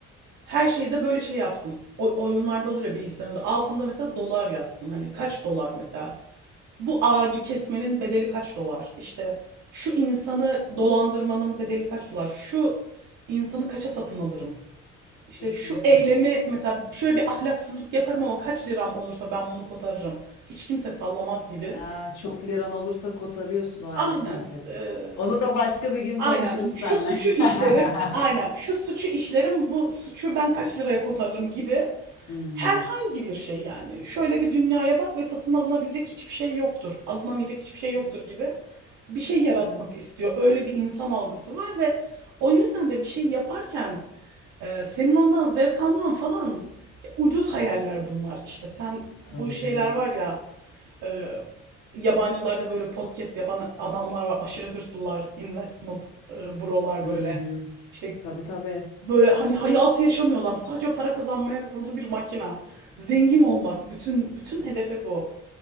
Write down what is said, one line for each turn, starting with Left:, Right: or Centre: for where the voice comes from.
Right: Her şeyde böyle şey yapsın. O, oyunlarda olur ya bilgisayarında. Altında mesela dolar yazsın. Hani kaç dolar mesela. bu ağacı kesmenin bedeli kaç dolar? İşte şu insanı dolandırmanın bedeli kaç dolar? Şu insanı kaça satın alırım? İşte
Left: Kesinlikle.
Right: şu eylemi mesela şöyle bir ahlaksızlık yaparım ama kaç liram olursa ben bunu kotarırım. Hiç kimse sallamaz gibi.
Left: Ya, çok liran olursa kotarıyorsun, o ayrı
Right: Aynen.
Left: bir mesele.
Right: Ee,
Left: Onu da başka bir gün
Right: Aynen.
Left: konuşuruz seninle.
Right: Şu suçu işlerim,
Left: <laughs>
Right: aynen. Şu suçu işlerim, bu suçu ben kaç liraya kotarırım gibi.
Left: Hımm.
Right: Herhangi bir şey yani. Şöyle bir dünyaya bak ve satın alınabilecek hiçbir şey yoktur. Alınamayacak hiçbir şey yoktur
Left: Evet,
Right: gibi bir şey yaratmak
Left: evet.
Right: istiyor. Öyle bir insan algısı var ve o yüzden de bir şey yaparken e, senin ondan zevk alman falan ya ucuz hayaller bunlar işte. Sen
Left: Tabii
Right: bu şeyler
Left: canım.
Right: var ya e, yabancılarda böyle podcast yapan adamlar var. Aşırı hırslılar, investment e, brolar
Left: Hı
Right: böyle.
Left: hı.
Right: İşte
Left: Tabii, tabii.
Right: böyle hani hayatı yaşamıyor adam. Sadece para kazanmaya kurulu bir makina. Zengin olmak. Bütün bütün hedefi bu.